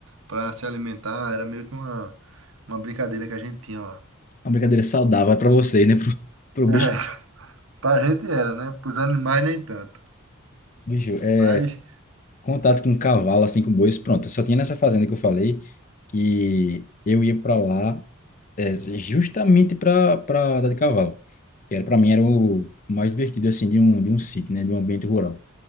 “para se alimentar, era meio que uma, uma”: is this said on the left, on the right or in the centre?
Right